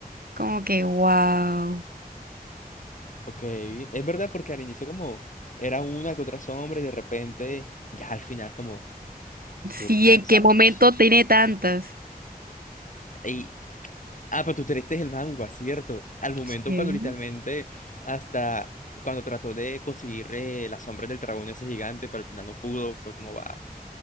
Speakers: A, on the right; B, on the left.
A: como que, wow.
B: Ok, es verdad porque al inicio como era una que otra sombra y de repente ya al final como surja,
A: Sí, ¿en
B: o sea,
A: qué momento
B: psh,
A: tiene tantas?
B: y, ah, pero tú te leíste el manga, ¿cierto? Al momento
A: Sí.
B: cuando literalmente hasta cuando trató de conseguir eh, las sombras del dragón ese gigante, pero al final no pudo, fue como va.